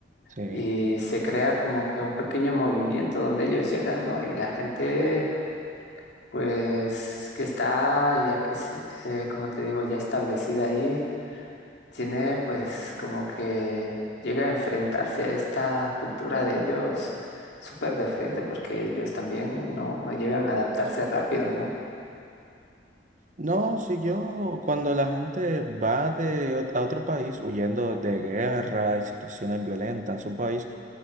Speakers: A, on the right; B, on the left.
A: Sí.
B: y se crea como que un pequeño movimiento donde ellos llegan, ¿no? Y la gente, pues, que está, ya que, se- eh, como te digo, ya establecida ahí tiene pues como que llega a enfrentarse a esta cultura de ellos súper de frente, porque ellos también no, no llegan a adaptarse rápido, ¿no?
A: No, si yo, cuando la gente va de, ot- a otro país huyendo de guerra y situaciones violentas en su país,